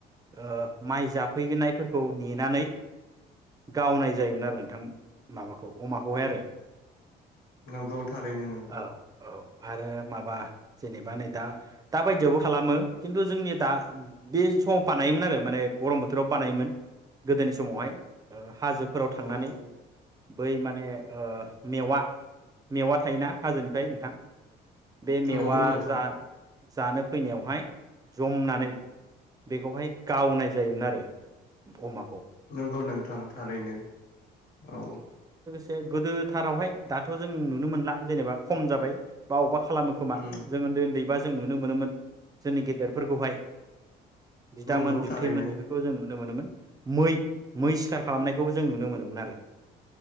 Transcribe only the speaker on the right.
ओ माइ जाफैननायफोरखौ नेनानै गावनाय जायोमोन आरो नोंथां माबाखौ अमाखौहाय आरो
औ औ आरो माबा जेनेबा नै दा दा बायदियावबो खालामो खिन्थु जोंनि दा बे समाव बानायोमोन आरो माने गरम बोथोराव बानायोमोन। गोदोनि समावहाय हाजोफोराव
थांनानै
बै माने मेवा मेवा थायोना हाजोनिफ्राय नोंथां बे मेवआ
जा जानो फैनायावहाय जमनानै बेखौहाय गावनाय जायोमोन आरो ।अमाखौ
से गोदोथारावहाय दाथ' जों नुनो मोनला जेनेबा खम जाबाय बा अबेबा खालामो खोमा
जों उन्दै उन्दै बा जों नुनो मोनोमोन जोंनि गेदेरफोरखौहाय बिदामोन
बिथैमोन
बेफोरखौ जोङो <unintelligible> मै मैस खालामनायखौबो जों नुनो मोनोमोन आरो।